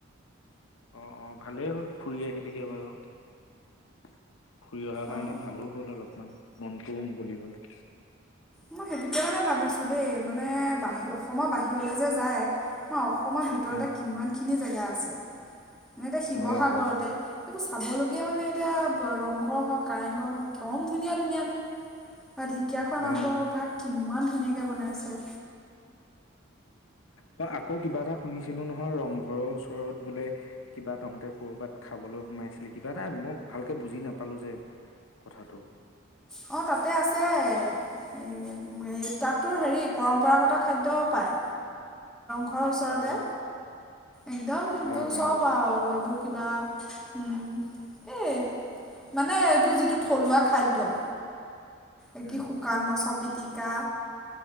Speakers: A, on the left; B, in the centre.
A: অ অ ভালেই হ'ল ফুৰি আহিলগে বাৰু ফুৰি অহাৰ কাৰণে
B: আৰু
A: ভালো হ'ল অলপমান মনটোও মুকলি হল।
B: মই সেইটোকে মানে ভাবিছো দেই মানে বাহিৰ অসমৰ বাহিৰলৈ যে যায় মই অসমৰ ভিতৰতে
A: উম
B: কিমানখিনি জেগা আছে মইটো শিৱসাগৰতে
A: হয় হয়
B: এইবোৰ চাবলগীয়া মানে এতিয়া ৰংঘৰ হওক কাৰেংঘৰ হওক কম ধুনীয়া ধুনীয়া নে ঢ়েকীয়াখোৱা নামঘৰ
A: অ
B: সিহঁতৰ ভাগ কিমান ধুনীয়াকে বনাইছে।
A: ম আকৌ কিবা এটা শুনিছিলো নহয় ৰং ঘৰৰ ওচৰত বোলে কিবা তহঁতে কৰ'বাত খাবলৈ সোমাইছিলি কিবা এটা মই ভালকে বুজি নাপালো যে। কথাটো
B: অ অ তাতে আছে। এই এই তাতো হেৰি পৰম্পৰাগত খাদ্য পায়। ঘৰৰ ওচৰতে
A: অ
B: একদম
A: অ
B: তোৰ চব
A: অ
B: আৰু এইবোৰ কিবা উম এই মানে এইটো যিটো থলুৱা খাদ্য। এ
A: উম
B: কি শুকান মাছৰ পি। জিকা